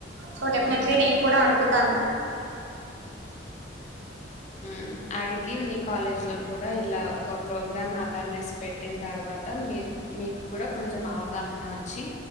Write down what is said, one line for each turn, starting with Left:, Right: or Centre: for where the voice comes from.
Right: సో డెఫినెట్లీ
Left: మ్మ్.
Right: నేను కూడా అడుగుతాను
Left: హ్మ్మ్ అడిగి మీ కాలేజ్ లో కూడా ఇలా ఒక ప్రోగ్రామ్ అవేర్నెస్ పెట్టిన తర్వాత త మీరు మీకు కూడా కొంచెం అవగాహన వచ్చి